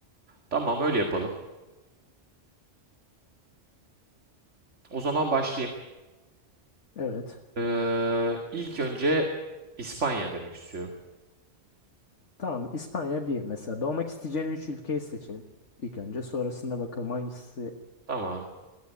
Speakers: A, on the right; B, on the left.
A: Tamam öyle yapalım. O zaman başlayayım.
B: Evet.
A: Ee, ilk önce İspanya demek istiyorum.
B: Tamam İspanya bir mesela. Doğmak isteyeceğin üç ülkeyi seçelim ilk önce. Sonrasında bakalım hangisi
A: Tamam.